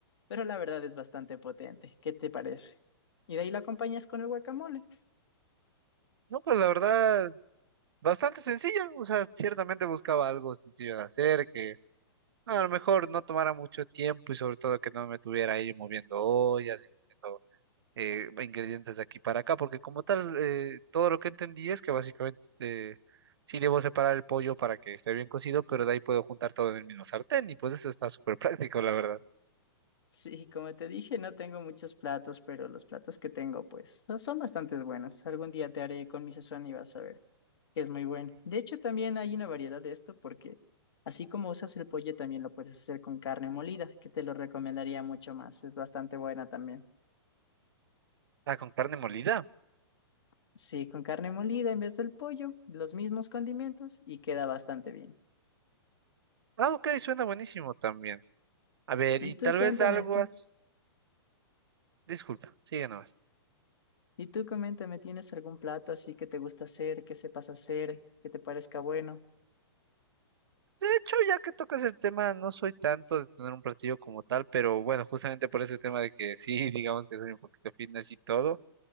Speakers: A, on the left; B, on the right.
A: pero la verdad es bastante potente. ¿Qué te parece? Y de ahí la acompañas con el guacamole.
B: No, pues la verdad, bastante sencillo. O sea, ciertamente buscaba algo sencillo de hacer, que A lo mejor no tomara mucho tiempo y sobre todo que no me tuviera ahí moviendo ollas, moviendo eh, ingredientes de aquí para acá, porque como tal, eh, todo lo que entendí es que básicamente eh, sí debo separar el pollo para que esté bien cocido, pero de ahí puedo juntar todo en el mismo sartén y pues eso está súper <laughs> práctico, la verdad.
A: Sí, como te dije, no tengo muchos platos, pero los platos que tengo, pues, so- son bastante buenos. Algún día te haré con mi sazón y vas a ver que es muy bueno. De hecho, también hay una variedad de esto porque así como usas el pollo, también lo puedes hacer con carne molida, que te lo recomendaría mucho más. Es bastante buena también.
B: Ah, con carne molida.
A: Sí, con carne molida en vez del pollo, los mismos condimentos y queda bastante bien.
B: Ah, ok, suena buenísimo también. A ver,
A: Y
B: y tal
A: tú cuéntame,
B: vez algo
A: tú,
B: así. Disculpa, sigue nomás.
A: y tú coméntame, ¿tienes algún plato así que te gusta hacer, que sepas hacer, que te parezca bueno?
B: De hecho, ya que tocas el tema, no soy tanto de tener un platillo como tal, pero bueno, justamente por ese tema de que sí, <laughs> digamos que soy un poquito fitness y todo,